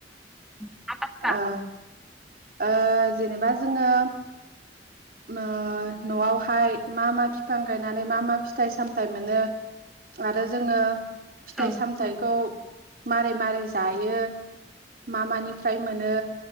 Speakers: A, in the centre; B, on the right (about 55°).
A: मा बाथ्रा
B: ओ ओ जेनेबा जोङो ओ‌ न'आवहाय मा मा फिफां गायनानै मा मा फिथाइ सामथाइ मोनो? आरो जोङो फिथाइ
A: औ
B: सामथायाइखौ मारै मारै जायो मा मानिफ्राय मोनो